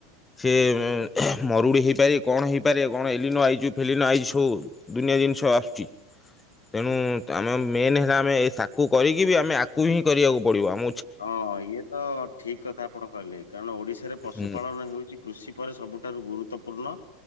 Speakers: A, on the left; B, on the left.
A: ସେ
B: ହୁଁ।
A: ମରୁଡ଼ି ହେଇପାଇ କଣ ହେଇପାରିବ କଣ ଏଲିନୋ ଆଇଚୁ ଫେଲି ନ ଆଇଜ ସବୁ ଦୁନିଆ ଜିନିଷ ଆସୁଚି। ତେଣୁ ଆମେ ମେନ ହେଲା ଆମେ ଏଇ ତାକୁ କରିକି ବି ଆମେ ଆଗକୁ ହିଁ କରିବାକୁ ପଡ଼ିବ। ଆମ
B: ହଁ ଇଏ ତ ଠିକ୍ କଥା ଆପଣ କହିଲେ କାରଣ ଓଡ଼ିଶାରେ
A: ଭୂମି
B: ପଶୁପାଳନ ହେଉଛି କୃଷି ପରେ ସବୁଠାରୁ ଗୁରୁତ୍ୱପୂର୍ଣ୍ଣ